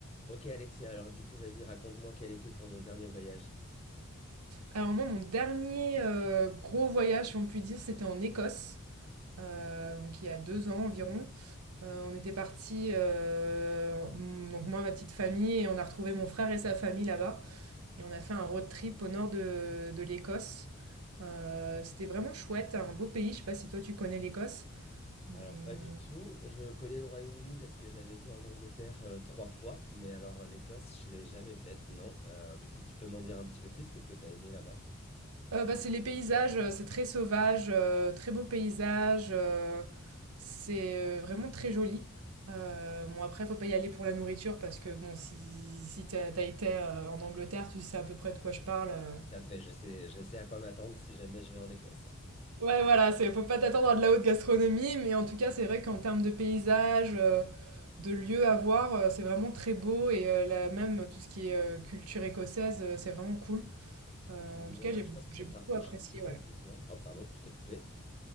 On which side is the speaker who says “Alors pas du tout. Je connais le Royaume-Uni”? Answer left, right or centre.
Left